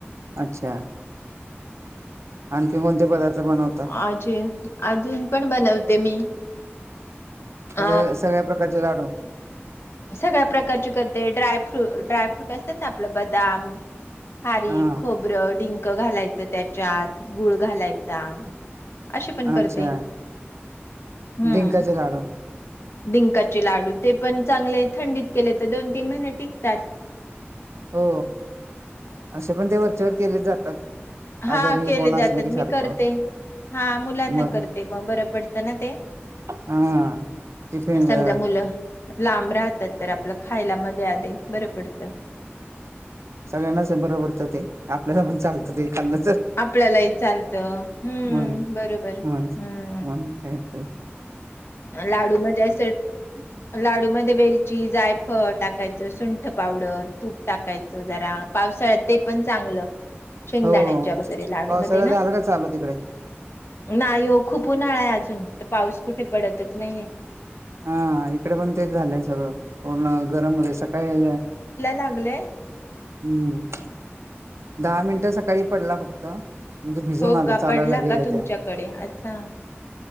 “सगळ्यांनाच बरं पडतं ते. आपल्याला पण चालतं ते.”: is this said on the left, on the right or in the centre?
Right